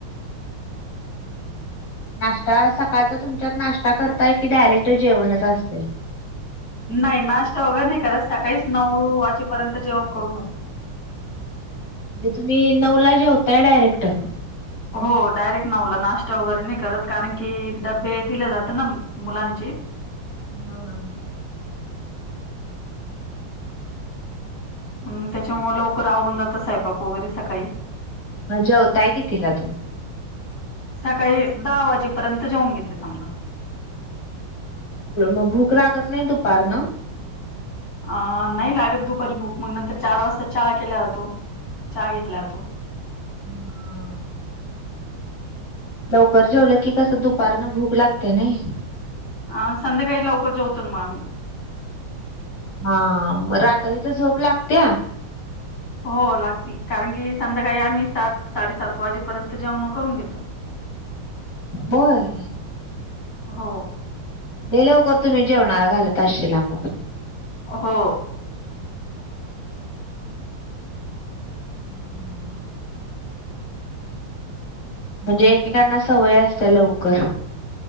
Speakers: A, on the left (about 45°); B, on the left (about 90°).
A: हम्म.
B: नाश्ता सकाळचा तुमच्यात नाश्ता करताय की डायरेक्ट जेवणच असते.
A: नाही नाश्ता वगैरे नाही करत सकाळीच नऊ वाजेपर्यंत जेवण करून घेतो.
B: म्हणजे तुम्ही नऊला जेवताय डायरेक्ट.
A: हो डायरेक्ट नव्हला नाश्ता वगैरे नाही करत कारण की डबे दिले जात ना. मुलांचे
B: हो का?
A: मग त्यांच्यामुळे लवकर आवरून जातं स्वंयपाक वगैरे सकाळी
B: जेवतोय कितीला तुम्ही!
A: सकाळी दहा वाजेपर्यंत जाऊन घेते समजा.
B: मग भूक लागत नाही दुपारनं.
A: अ नाही लागत दुपारी भूक म्हग नंतर चार वाजता चहा केल्या जातो चहा घेतला जातो.
B: हा लवकर जेवलं की कसं दुपारनं भूक लागते नाही.
A: अ संध्याकाळी लवकर जवतोन मग आम्ही.
B: हा रात्रीच झोप लागत्या.
A: हो लागती कारण की संध्याकाळी आम्ही सात साडेसात वाजेपर्यंत जेवन न करून घेतो.
B: होय.
A: हो
B: लय लवकर तुम्ही जेवणाला घालत आशीला मग.
A: हो
B: हम्म. म्हणजे एकेकांना सवय असत्या लवकर.